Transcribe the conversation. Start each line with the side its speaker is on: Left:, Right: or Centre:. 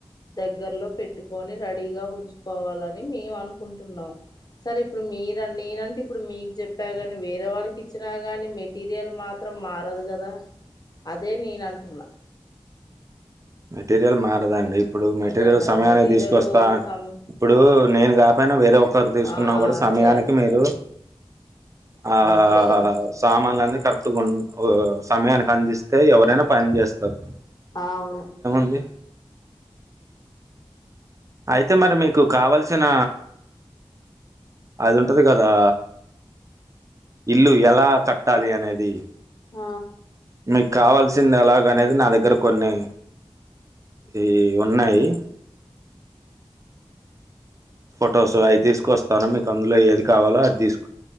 Left: దగ్గర్లో పెట్టుకొని రెడీగా ఉంచుకోవాలని మేము అనుకుంటున్నాం. సరే ఇప్పుడు మీరు నేనంటే ఇప్పుడు మీకు చెప్పా కాని వేరే వాళ్ళకి ఇచ్చినా గాని మెటీరియల్ మా త్రం మారదు కదా అదే నేన అంటున్నా
Right: మెటీరియల్ మారదండి. ఇప్పుడు మెటీరియల్
Left: అదే మరి
Right: సమయాన్ని
Left: మెటీరియల్
Right: తీసుకొస్తా
Left: సం
Right: ఇప్పుడు నేను కాపోయినా వేరే ఒకరు తీసుకున్నా
Left: ఆ
Right: కూడా
Left: అంతే
Right: సమయానికి
Left: అంతే
Right: మీరు ఆ
Left: అంతే కదా
Right: సామాన్లలను కరక్ట్ గున్ ఓ సమయానికి అందిస్తే ఎవరైనా పని చేస్తారు
Left: ఆవును
Right: ఇది అయితే మరి మీకు కావల్సిన అదు ఉంటది కదా ఇల్లు ఎలా కట్టాలి అనేది
Left: ఆ
Right: మీకు కావాల్సింది ఎలాగ అనేది నా దగ్గర కొన్ని ఈ ఉన్నాయి ఫొటోస్ అయి తీసుకుస్తాను. మీకు అందులో ఏది కావాలో అది తీసుకు